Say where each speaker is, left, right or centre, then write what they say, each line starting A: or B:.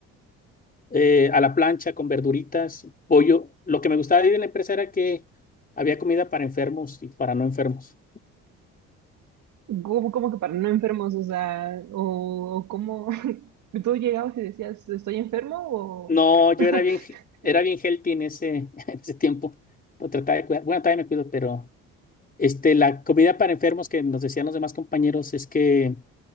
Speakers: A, on the left; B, on the right.
A: eh, a la plancha con verduritas, pollo. Lo que me gustaba de ir en la empresa era que había comida para enfermos y para no enfermos.
B: como, como que para no enfermos, o sea, o, o cómo <laughs> tú llegabas y decías, ¿estoy enfermo? O...
A: No, yo
B: <laughs>
A: era bien, he- era bien healthy en ese, <laughs> en ese tiempo. Lo trataba de cuidar. Bueno, todavía me cuido, pero este, la comida para enfermos que nos decían los demás compañeros es que